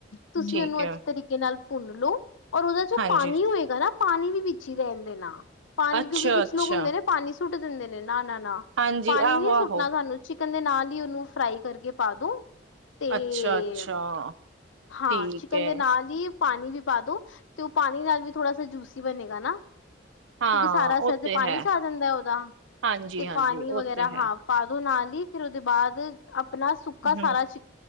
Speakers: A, on the left; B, on the right.
A: ਤੁਸੀਂ
B: ਠੀਕ
A: ਉਹਨੂੰ
B: ਹੈ
A: ਅੱਛੇ ਤਰੀਕੇ ਨਾਲ ਭੁੰਨ ਲਓ ਔਰ ਉਹਦਾ ਜੋ
B: ਹਾਂਜੀ
A: ਪਾਣੀ ਹੋਏਗਾ ਨਾ ਪਾਣੀ ਵੀ ਵਿੱਚ ਹੀ ਰਹਿੰਦੇ ਨਾ ਪਾਣੀ
B: ਅੱਛਾ
A: ਕਿਉ ਕੀ ਕੁਛ
B: ਅੱਛਾ
A: ਲੋਕ ਹੁੰਦੇ ਨੇ ਪਾਣੀ ਸੁੱਟ ਦਿੰਦੇ ਨੇ ਨਾ ਨਾ ਨਾ
B: ਹਾਂਜੀ
A: ਪਾਣੀ
B: ਆਹੋ
A: ਨੀ ਸੁੱਟਣਾ
B: ਆਹੋ
A: ਸਾਨੂੰ ਲਣ ਦੇ ਨਾਲ ਹੀ ਉਹਨੂੰ ਫਰਾਈ ਕਰਕੇ ਪਾਦੋ। ਤੇ,
B: ਅੱਛਾ ਅੱਛਾ
A: ਹਾਂ
B: ਠੀਕ
A: ਚਿਕਨ
B: ਹੈ
A: ਦੇ ਨਾਲ ਹੀ ਪਾਣੀ ਵੀ ਪਾ ਦੋ, ਤੇ ਔ ਪਾਣੀ ਨਾਲ ਵੀ ਥੋੜਾ ਸਾ ਜੂਸੀ ਬਣੇਗਾ ਨਾ। ਕਿਉਂਕਿ
B: ਹਾਂ
A: ਸਾਰਾ ਅਸਰ
B: ਉਹ
A: ਤੇ ਪਾਣੀ
B: ਹੈ
A: ਚ ਆ ਜਾਂਦੈ ਓਦਾ
B: ਹਾਂਜੀ
A: ਤੇ
B: ਹਾਂਜੀ
A: ਪਾਣੀ
B: ਉਹ
A: ਵਗੈਰਾ
B: ਤੇ ਹੈ
A: ਹਾਂ ਪਾਦੋ ਨਾਲ। ਨੀ ਫਿਰ ਉਦੇ ਬਾਦ ਅਪ ਅਪਣਾ ਸੁੱਕਾ ਸਾਰਾ
B: ਹਮ
A: ਚਿ